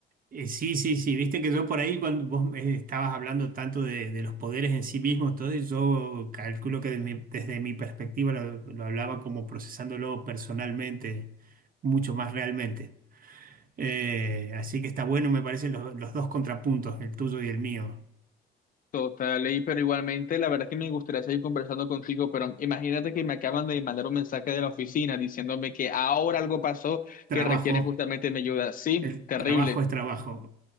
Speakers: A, on the right; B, on the left.
A: Eh, sí, sí, sí, viste que yo por ahí cuando vos eh, estabas hablando tanto de, de los poderes en sí mismos, todo, y yo calculo que de mi- desde mi perspectiva lo, lo hablaba como procesándolo personalmente, mucho más realmente. Eh, así que está bueno, me parecen los, los dos contrapuntos, el tuyo y el mío.
B: total. Y, pero igualmente, la verdad es que me gustaría seguir conversando contigo, pero imagínate que me acaban de mandar un mensaje de la oficina diciéndome que ahora algo pasó
A: Trabajo,
B: que requiere justamente mi ayuda. Sí,
A: el
B: terrible.
A: trabajo es trabajo.